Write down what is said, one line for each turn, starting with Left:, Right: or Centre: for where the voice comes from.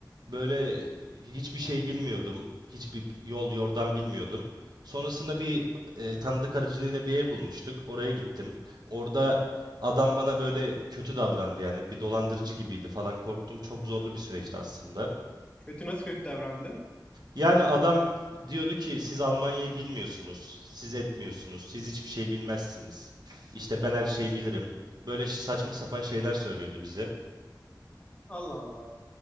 Right: böyle hiçbir şey bilmiyordum. Hiçbir yol yordan bilmiyordum. Sonrasında bir e, tanıdık aracılığıyla bir ev bulmuştuk. Oraya gittim. Orada adam bana böyle kötü davrandı yani bir dolandırıcı gibiydi falan korktum. Çok zorlu bir süreçti aslında.
Left: Kötü nasıl kötü davrandı?
Right: Yani adam diyordu ki siz Almanya'yı bilmiyorsunuz, siz etmiyorsunuz, siz hiçbir şey bilmezsiniz. İşte ben her şeyi bilirim. Böyle saçma sapan şeyler söylüyordu bize.
Left: Allah Allah.